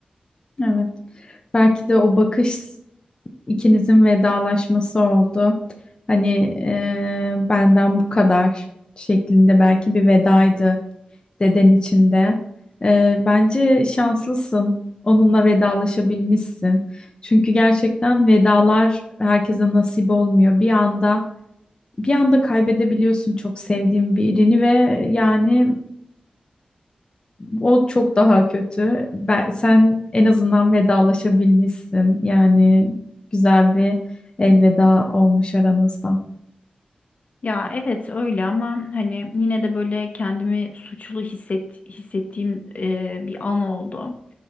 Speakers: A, on the left; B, on the left.
A: Evet. Belki de o bakış İkinizin vedalaşması oldu. Hani eee, benden bu kadar şeklinde belki bir vedaydı deden içinde. bence şanslısın. Onunla vedalaşabilmişsin. Çünkü gerçekten vedalar herkese nasip olmuyor. Bir anda bir anda kaybedebiliyorsun çok sevdiğin birini ve yani o çok daha kötü. Ben, sen en azından vedalaşabilmişsin. Yani güzel bir elveda olmuş aranızda.
B: Ya evet öyle ama hani yine de böyle kendimi suçlu hisset, hissettiğim e, bir an oldu.